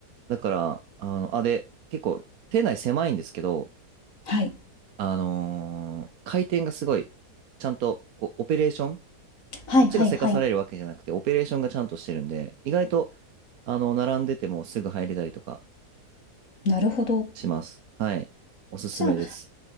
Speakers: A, on the right (about 65°); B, on the left (about 55°).
A: だから、あの、あ、で、結構、店内狭いんですけど、
B: はい、
A: あのー回転がすごい、ちゃんと、こう、オペレーション、こ
B: はいはいはい。
A: っちがせかされるわけじゃなくて、オペレーションがちゃんとしてるんで、意外と、あの、並んでてもすぐ入れたりとか
B: なるほど。
A: します。はい。おすすめです。
B: じゃあ、